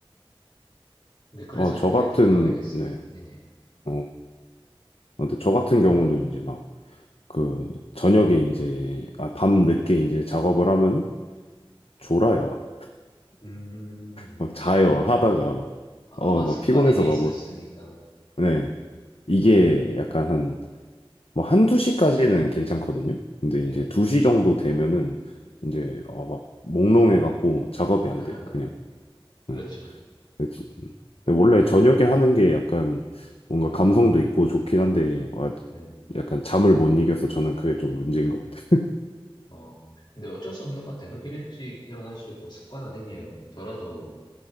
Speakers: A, on the left; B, on the left.
A: 네, 그래서
B: 어, 저
A: 이렇게
B: 같은,
A: 선호하게 됐습니다.
B: 네.
A: 네네.
B: 어, 어, 근데 저 같은 경우는 이제 막 그 저녁에 이제 아 밤 늦게 이제 작업을 하면 졸아요.
A: 음,
B: 막 자요 하다가 막
A: 아-
B: 어
A: 아마 습관이
B: 막 피곤해서
A: 돼
B: 막
A: 있었으니까.
B: 뭐 네. 이게 약간 한 뭐 한두 시까지는 괜찮거든요. 근데
A: 네네.
B: 이제 두시 정도 되면은 이제 어 막 몽롱해 갖고 작업이 안
A: <laughs>
B: 돼요. 그냥.
A: 그렇죠.
B: 응. 근데 지- 음. 근데 원래 저녁에 하는 게 약간 뭔가 감성도 있고 좋긴 한데 와,
A: 네.
B: 약간 잠을 못 이겨서 저는 그게 좀 문제인 것 같아요.
A: 어, 근데 어쩔 수 없는 것 같아. 그렇게 일찍 일어나시고 습관화되면 저라도